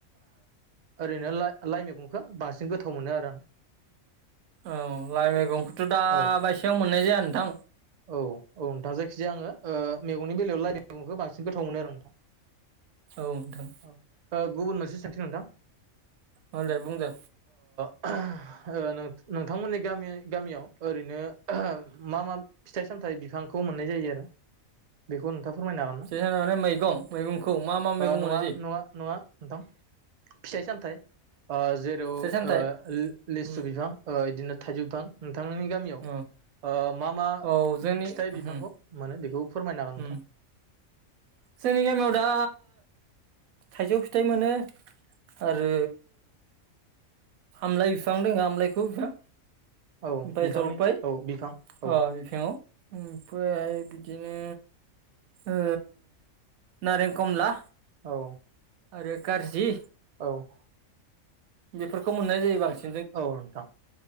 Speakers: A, on the right; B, on the right.
A: ओरैनो लाइ लाइ मैगंखौ बांसिन गोथाव मोनो आरो आं।
B: औ लाइ मैगंखौथ' दा
A: औ
B: बायसेयाव मोननाय जाया। नोंथां।
A: औ औ नोंथां जायखिजाया आङो ओ मेगंनि बेलायाव लाइ गंखौ बांसिन गोथाव मोनो आरो नोंथां।
B: औ नोंथां।
A: औ ओ गुबुन मोनसे सोंथि नोंथां।
B: अ दे बुं दे।
A: ओ नों नोंथांमोननि गामि गामियाव ओरैनो मा मा फिथाइ सामथायाइ बिफांखौ मोननाय जायो आरो बेखौ नोंथाङा फोरमायनो हागोन ना
B: फिथाइ सामथाइ माने मैगं मैगंखौ मा मा मैगं
A: ओ नङा
B: मोननाय जायो
A: नङा नङा नोंथां फिथाइ सामथाइ ओ जेराव
B: फिथाइ सामथाइ
A: ओ लि लिसु
B: उम
A: बिफां ओ इदिनो थाइजौ बिफां नोंथांनि गामियाव
B: औ
A: ओ मा मा
B: औ जोंनि
A: फिथाइ
B: उम
A: बिफांखौ मोनो बेखौ फोरमायनो हागोन नोंथां
B: उम जोंनि गामियाव दा थाइजौ फिथाइ मोनो आरो आमलाइ बिफां दङ आमलाइखु बिफां
A: औ
B: ओमफ्राय
A: बिफांनि
B: जलपायय
A: औ बिफां औ
B: अ बिफाङाव ओमफ्राय बिदिनो ओ नारें कमला
A: औ।
B: आरो कारजि
A: औ औ।
B: बेफोरखौ मोननाय जायो बांसि
A: औ नोंथां